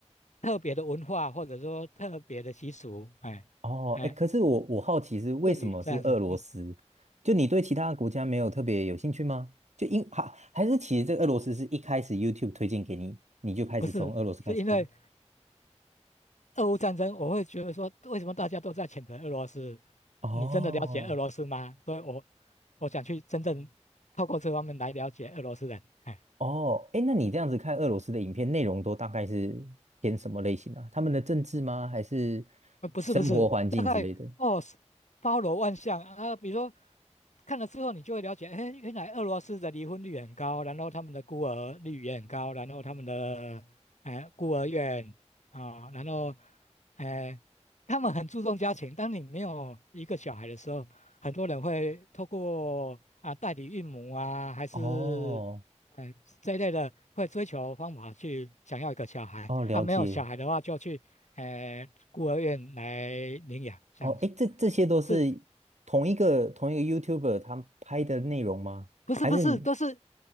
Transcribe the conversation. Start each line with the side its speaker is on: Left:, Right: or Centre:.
Left: 特别的文化或者说特别的习俗，哎、
Right: 哦，
Left: 哎、
Right: 哎，可是我我好奇是为什么是俄罗斯？
Left: 谚语这样子。嗯，
Right: 就你对其他国家没有特别有兴趣吗？就因还还是其实这个俄罗斯是一开始 YouTube 推荐给你，你就开始从俄罗斯开始看？
Left: 不是，是因为俄乌战争，我会觉得说，为什么大家都在谴责俄罗斯？你真的了解俄罗斯吗？
Right: 哦
Left: 所以我我想去真正透过这方面来了解俄罗斯人。哎
Right: 哦，哎，那你这样子看俄罗斯的影片，内容都大概是偏什么类型啊？他们的政治吗？还是
Left: 呃，不是不是，
Right: 生活环境之类的？
Left: 大概哦，是包罗万象啊。比如说，看了之后，你就会了解，哎，原来俄罗斯的离婚率很高，然后他们的孤儿率也很高，然后他们的哎孤儿院啊、然后呃，他们很注重家庭。当你没有一个小孩的时候，很多人会透过啊代理孕母啊，还是呃这一类的，
Right: 哦，
Left: 会追求方法去想要一个小孩啊。
Right: 哦，了解。
Left: 没有小孩的话，就去。哎，孤儿院来领养这样子，
Right: 哦，哎，这这些都是同一个同一个
Left: 是
Right: YouTuber 他拍的内容吗？
Left: 不是不是都是
Right: 还是